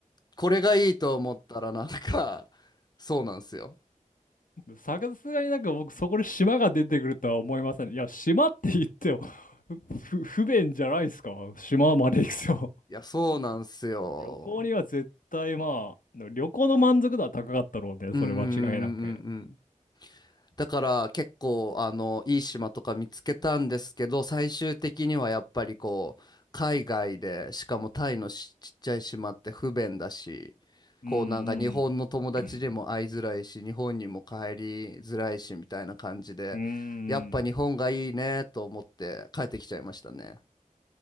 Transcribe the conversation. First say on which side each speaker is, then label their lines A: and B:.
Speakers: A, on the left; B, on the left.
A: これがいいと思ったらなんか、そうなんですよ。
B: さすがになんか僕そこで島が出てくるとは思いません。いや、島って言ってもふ不便じゃないですか。島まで行くと。
A: いや、そうなんですよ。
B: 旅行には絶対まあ、旅行の満足度は高かったろうね。
A: うんうんうんうんう
B: それ間違いなく。
A: んだから結構あのいい島とか見つけたんですけど最終的にはやっぱりこう海外でしかもタイのしちっちゃい島って不便だしこうなんか日本の友達にも会いづらいし日本にも帰りづらいしみたいな感じでやっぱ日本がいいねと思って帰ってきちゃいましたね。
B: うんうん。うーん。